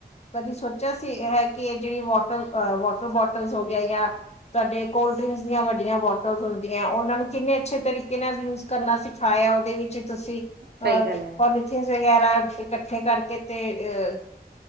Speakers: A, on the left; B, on the right.
A: ਕਦੀ ਸੋ ਹੈ ਕਿ, ਜਿਹੜੀ ਵੌਟਰ ਅ ਵਾਟਰ ਬੋਟਲਸ ਹੋਗਿਆ ਯਾ ਤੁਹਾਡੇ ਕੋਲਡ ਡਰਿੰਕਸ ਦੀਆਂ ਵੱਡੀਆਂ ਬੌਟਲਸ ਹੁੰਦੀਆਂ, ਉਹਨਾਂ ਨੂੰ ਕਿੰਨੇ ਅੱਛੇ ਤਰੀਕੇ ਨਾਲ ਯੂਜ ਕਰਨਾ ਸਿਖਾਇਆ ਉਹਦੇ ਵਿੱਚ ਤੁਸੀਂ
B: ਸਹੀ
A: ਅਹ।
B: ਗੱਲ ਹੈ
A: ਮਿਥ ਵਗੈਰਾ ਇਕੱਠੇ ਕਰਕੇ ਤੇ ਅ।